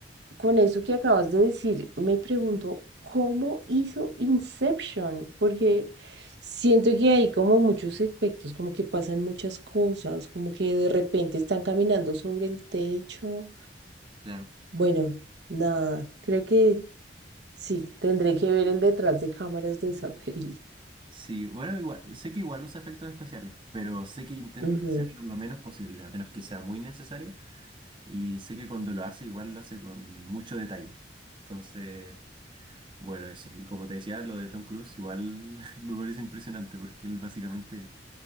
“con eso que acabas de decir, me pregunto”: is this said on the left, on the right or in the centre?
Right